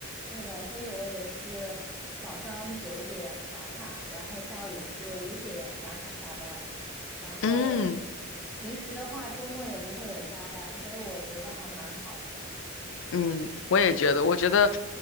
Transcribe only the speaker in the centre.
对的，所以我也是早上九点打卡，然后下午是五点打卡下班，然后
平时的话，周末也不会有加班，所以我觉得还蛮好的。